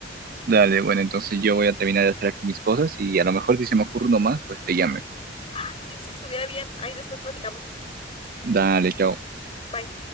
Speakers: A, on the right (about 50°); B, on the left (about 30°).
A: dale, bueno, entonces yo voy a terminar de hacer aquí mis cosas y a lo mejor si se me ocurre uno más, pues te llame.
B: Ah, sí, sí, estuviera bien. Ahí después platicamos.
A: Dale, chao.
B: Bye.